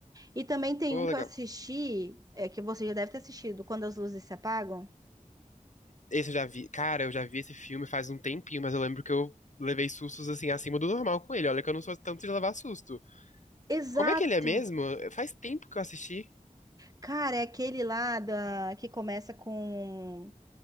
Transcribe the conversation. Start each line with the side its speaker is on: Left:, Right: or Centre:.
Right: E também tem
Left: Pô,
Right: um que
Left: legal.
Right: eu assisti, é, que você já deve ter assistido, Quando as Luzes Se Apagam.
Left: Esse eu já vi. Cara, eu já vi esse filme faz um tempinho, mas eu lembro que eu levei sustos, assim, acima do normal com ele. Olha que eu não sou tanto de levar susto.
Right: Exato!
Left: Como é que ele é mesmo? Faz tempo que eu assisti.
Right: Cara, é aquele lá da, que começa com,